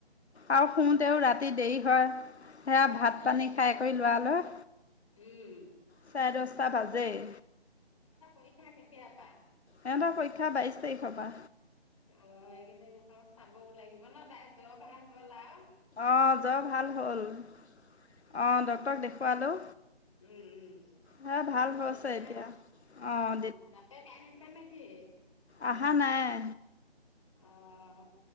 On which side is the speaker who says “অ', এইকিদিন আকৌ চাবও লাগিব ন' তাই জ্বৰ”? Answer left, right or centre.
Left